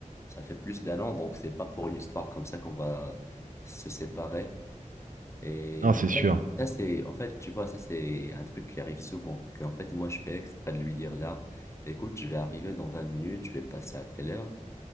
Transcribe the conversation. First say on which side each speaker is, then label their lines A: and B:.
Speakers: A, on the left (about 20°); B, on the right (about 80°).
A: Ça fait plus d'un an, donc c'est pas pour une histoire comme ça qu'on va se séparer. Et
B: Non, c'est sûr.
A: en fait, ça c'est, en fait, tu vois, ça c'est un truc qui arrive souvent. Que en fait, moi, je fais exprès de lui dire là, écoute, je vais arriver dans 20 minutes, je vais passer à telle heure,